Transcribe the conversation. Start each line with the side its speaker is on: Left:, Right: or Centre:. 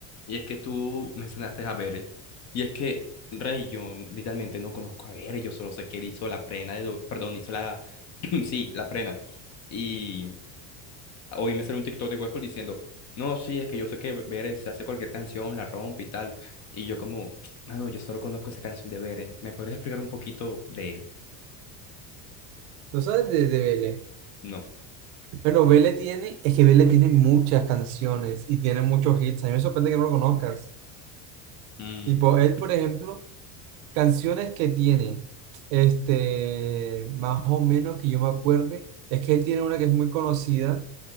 Left: Y es que tú mencionaste a Bere. Y es que Rey, yo literalmente no conozco a Bere, yo solo sé que él hizo la prena de Do- perdón, hizo la, <clears throat> sí, la prena. Y hoy me salió un TikTok de Huesco diciendo, no, sí, es que yo sé que Bere se hace cualquier canción, la rompe y tal. Y yo como, mano, yo solo conozco esa canción de Bere. ¿Me podrías explicar un poquito de él?
Right: ¿No sabes de, de BL?
Left: No.
Right: Bueno, Vele tiene, es que Vele tiene muchas canciones y tiene muchos hits. A mí me sorprende que no lo conozcas.
Left: Mm,
Right: Y por él, por ejemplo, canciones que tiene, este, más o menos que yo me acuerde, es que él tiene una que es muy conocida,